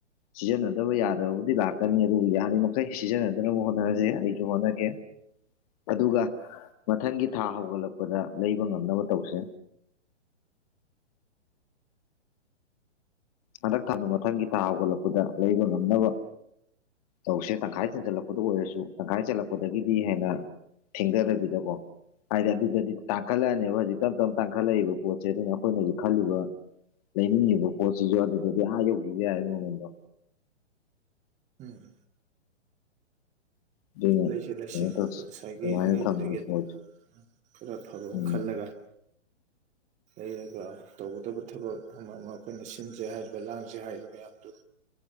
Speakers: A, on the left; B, on the right.
A: ꯁꯤꯖꯤꯟꯅꯗꯕ ꯌꯥꯗꯕꯕꯨꯗꯤ ꯂꯥꯛꯀꯅꯤ ꯑꯗꯨꯕꯨ ꯌꯥꯔꯤꯃꯩ ꯁꯤꯖꯤꯟꯅꯗꯅꯕ ꯍꯣꯠꯅꯔꯁꯦ ꯑꯩꯁꯨ ꯍꯣꯠꯅꯒꯦ ꯑꯗꯨꯒ ꯃꯊꯪꯒꯤ ꯊꯥ ꯍꯧꯒꯠꯂꯛꯄꯗ ꯂꯩꯕ ꯉꯝꯅꯕ ꯇꯧꯁꯦ ꯍꯟꯗꯛ ꯊꯅ ꯃꯊꯪꯒꯤ ꯊꯥ ꯍꯧꯒꯠꯂꯛꯄꯗ ꯂꯩꯕ ꯉꯝꯅꯕ ꯇꯧꯁꯦ ꯇꯪꯈꯥꯏ ꯆꯦꯟꯖꯜꯂꯛꯄꯗ ꯑꯣꯏꯔꯁꯨ ꯇꯪꯈꯥꯏ ꯆꯜꯂꯛꯄꯗꯒꯤꯗꯤ ꯍꯦꯟꯅ ꯊꯦꯡꯗ ꯗꯕꯤꯗꯀꯣ ꯍꯥꯏꯗꯤ ꯑꯗꯨꯗꯗꯤ ꯇꯥꯡꯈꯠꯂꯛꯑꯅꯦꯕ ꯍꯧꯖꯤꯛ ꯇꯞ ꯇꯞꯅ ꯇꯥꯡꯈꯠꯂꯛꯏꯕ ꯄꯣꯠꯁꯦ ꯑꯗꯨꯅ ꯑꯩꯈꯣꯏꯅ ꯍꯧꯖꯤꯛ ꯈꯜꯂꯤꯕ ꯂꯩꯅꯤꯡꯉꯤꯕ ꯄꯣꯠꯁꯤꯁꯨ ꯑꯗꯨꯗꯗꯤ ꯑꯥ ꯌꯧꯒꯤꯕ ꯌꯥꯏꯕ ꯃꯃꯟꯗꯣ
B: ꯎꯝ
A: ꯑꯗꯨꯅ
B: ꯂꯩꯁꯦ ꯂꯩꯁꯦ
A: ꯀꯩꯅꯣ ꯇꯧꯁꯤ
B: ꯉꯁꯥꯏꯒꯤ
A: ꯑꯗꯨꯃꯥꯏꯅ
B: ꯑꯅꯤꯗꯨꯗꯒꯤ
A: ꯊꯝꯁꯤ
B: ꯑꯗꯨꯝ
A: ꯄꯣꯠꯁꯦ
B: ꯈꯔ ꯐꯕ ꯑꯃ
A: ꯎꯝ
B: ꯈꯜꯂꯒ ꯂꯩꯔꯒ ꯇꯧꯒꯗꯕ ꯊꯕꯛ ꯑꯃ ꯑꯃ ꯑꯩꯈꯣꯏꯅ ꯁꯤꯟꯁꯦ ꯍꯥꯏꯔ ꯑꯗꯨꯒ ꯂꯥꯡꯁꯦ ꯍꯥꯏꯔꯤꯕ ꯃꯌꯥꯝꯗꯨ